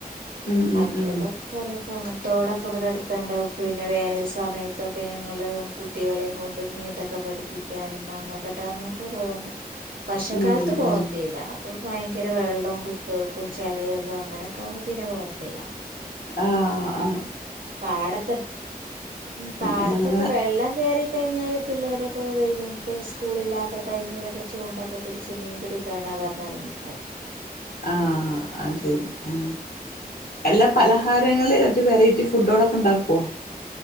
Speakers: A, on the left; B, on the right.
A: ഉം ഉം
B: മറ്റുള്ളതൊക്കെ
A: ഉം
B: കൊറെ പോണം തോടൊക്കെ ഇവിടെടുത്തണ്ട് പിന്നെ വേനൽ സമയത്തൊക്കെ ഞങ്ങള്ൾ കുട്ടികളെയും കൊണ്ട് നീന്ത ഓക്കെ പഠിപ്പിക്കാനും മാങ്ങാത്തോട്ടനേക്ക് പോവൂമ്പോ വർഷക്കാലത്ത്
A: ഉം
B: പോവത്തെല്ല
A: ഉം
B: അപ്പൊ ഭയങ്കര വെള്ളം കുത്തൊഴുക്കും ചെളി വെള്ളവും അങ്ങനെയൊക്കെ ആവുമ്പോ പിന്നെ പോകത്തെല്ല
A: ആ ആ
B: പാടത്തെ ഉം പാടത്തൊക്കെ
A: അങ്ങനെ
B: വെള്ളം കേറി കഴിഞ്ഞാല് പിള്ളേരൊക്കെ വൈകുണ്ട് സ്കൂളില്ലാത്ത ടൈമിലൊക്കെ ചൂണ്ടൊക്കെ പിടിച്ച് മീൻ പിടിക്കാനാ പറഞ്ഞറങ്ങിപ്പോ
A: ആ അ അത് ശരി ആ എല്ലാ പലഹാരങ്ങള് മറ്റ് വെറൈറ്റി ഫുഡുകളൊക്കെ ഉണ്ടാക്കുവോ